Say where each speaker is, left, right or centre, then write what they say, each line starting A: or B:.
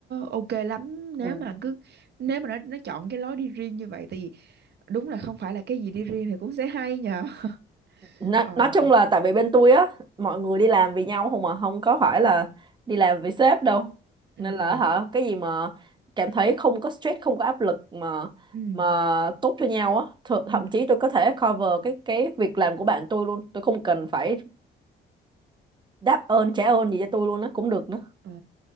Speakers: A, on the right; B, on the right.
A: ok lắm nếu
B: Ừ.
A: mà cứ nếu mà nó nó chọn cái lối đi riêng như vậy tại vì đúng là không phải là cái gì đi riêng thì cũng sẽ hay nhờ <laughs>
B: nói,
A: ờ
B: nói chung là tại vì bên tôi á mọi người đi làm vì nhau không mà không có phải là đi làm vì sếp đâu
A: ừ
B: nên là
A: ừ
B: hả cái gì mà cảm thấy không có stress không có áp lực mà
A: ừ
B: mà tốt cho nhau á th
A: ừ
B: thậm chí tôi có thể cover cái cái việc làm của bạn tôi luôn tôi không cần phải đáp ơn trả ơn gì cho tôi luôn á cũng được nữa
A: ồ